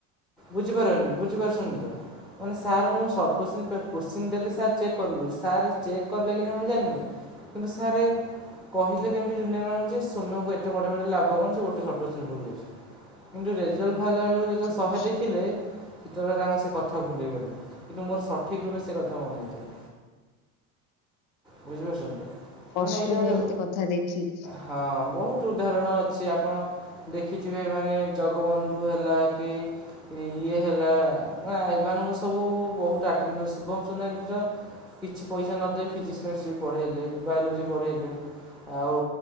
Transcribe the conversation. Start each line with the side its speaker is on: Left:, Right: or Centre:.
Centre: ବୁଝିପାରୁଛନ୍ ବୁଝିପାରୁଛନ୍ତି ତ ମାନେ ସାର୍ ଙ୍କୁ ମୁଁ ସର୍ଟ କୋଶ୍ଚିନ୍ ଫେର କୋଶ୍ଚିନ୍ ଦେଲି ସାର୍ ଚେକ୍ କରନ୍ତୁ ସାର୍ ଚେକ୍ କଲେ କି ନାହିଁ ମୁଁ ଜାଣିନି କିନ୍ତୁ ସାରେ କହିଲେ କେମିତି ଜୁନିୟର ମାନଙ୍କୁ ଯେ ସୋମ୍ୟକୁ ଏତେ ପଢ଼େଇ ପଢ଼େଇ ଲାଭ କଣ ସେ ଗୋଟେ ସର୍ଟ କୋଶ୍ଚିନ୍ ଭୁଲ୍ କରିଛି। କିନ୍ତୁ ରେଜଲ୍ଟ୍ ବାହାରଲା ବେଳକୁ
Left: ବୁଝିପାରୁଛି
Centre: ଯେତେଳୁ ଶହେ ଦେଖିଲେ ସେତବେଳେ ତାଙ୍କ ସେ କଥା ଭୁଲିଗଲେ କିନ୍ତୁ ମୋର ସଠିକ୍ ରୂପେ ସେ କଥା ମନେଥିବ। ବୁଝିପାରୁଛନ୍ତି ତ
Left: କଷ୍ଟ
Centre: ମାନେ ଏଇଟା ଗୋଟେ
Left: ହୁଏ ଏମିତି କଥା ଦେଖିକି।
Centre: ହଁ ବହୁତ ଉଦାହରଣ ଅଛି ଆପଣ ଇଥିପାଇଁ ମାନେ ଜଗବନ୍ଧୁ ହେଲା କି ଏଇ ଇଏ ହେଲା ନା ଏମାନଙ୍କୁ ସବୁ ବହୁତ ଆଟେନାଣ୍ଡ ଶୁଭମ ସୁନାଲିର କିଛି ପଇସା ନ ଦେଇ ଫିଜିକ୍ସ, କେମିଷ୍ଟ୍ରି ପଢ଼ାଇଲେ ବାୟୋଲୋଜି ପଢ଼ାଇଲେ। ଆଉ